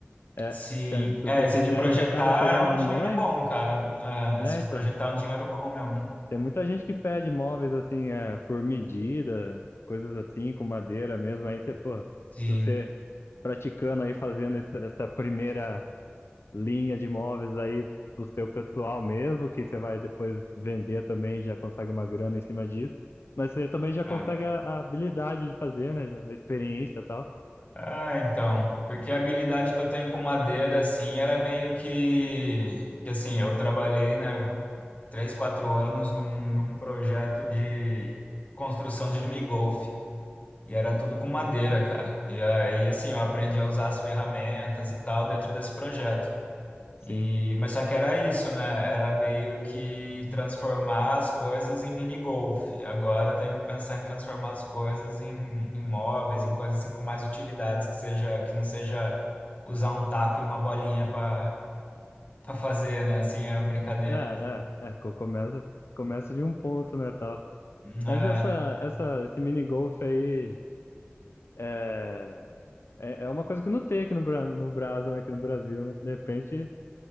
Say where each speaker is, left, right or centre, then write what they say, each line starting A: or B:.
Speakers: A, on the left; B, on the left.
A: É,
B: sim,
A: se, se
B: é,
A: você
B: esse
A: fizer,
B: de projetar
A: você acaba pegando
B: é um
A: a
B: dinheiro
A: manha,
B: bom, cara. Ah,
A: né?
B: esse de
A: Então,
B: projetar é um dinheiro bom mesmo,
A: tem muita gente que pede móveis assim, é, por medida, coisas assim, com madeira mesmo. Aí você, pô, se
B: sim.
A: você praticando aí, fazendo essa, essa primeira linha de imóveis aí pro seu pessoal mesmo, que você vai depois vender também, já consegue uma grana em cima disso. Mas você também já consegue
B: É.
A: a, a habilidade de fazer, né? já- A experiência e tal.
B: Ah, então, porque a habilidade que eu tenho com madeira, assim, ela é meio que, que assim, eu trabalhei, né? três, quatro anos num, num projeto de construção de mini-golf. E era tudo com madeira, cara. E aí, assim, eu aprendi a usar as ferramentas e tal dentro desse projeto.
A: Sim.
B: E, mas só que era isso, né? Era meio que transformar as coisas em mini-golf. E Agora eu tenho que pensar em transformar as coisas em, em móveis, em coisas assim com mais utilidades, que seja, que não seja usar um taco e uma bolinha para para fazer, né? Assim, a brincadeira.
A: É, é, é, co- começa, começa de um ponto, né, tal.
B: Ah,
A: Mas essa, essa, esse mini golf aí é, é, é uma coisa que não tem aqui no, Bra- no Brasa, né, aqui no Brasil, né? De repente